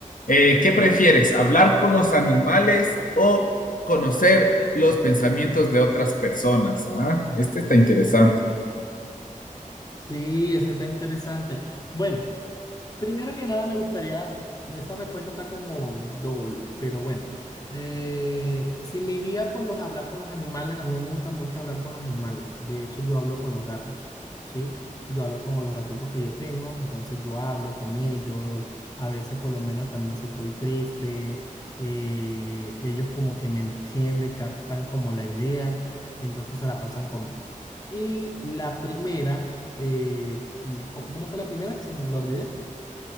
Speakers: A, on the left; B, on the left.
A: Eh, ¿qué prefieres? ¿Hablar con los animales o conocer los pensamientos de otras personas? Ah, este está interesante.
B: Sí, ese está interesante. Bueno. Primero que nada, me gustaría, esa respuesta está como doble, pero bueno, eh, si me iría por los hablar con los animales, a mí me gusta mucho hablar con los animales, de hecho yo hablo con los gatos, ¿sí? Yo hablo con los gaticos que yo tengo, entonces yo hablo con ellos, a veces por lo menos también si estoy triste, eh, ellos como que me entienden, captan como la idea, y entonces se la pasan conmigo. Y la primera, eh, ¿cómo cómo fue la primera que se me la olvidé?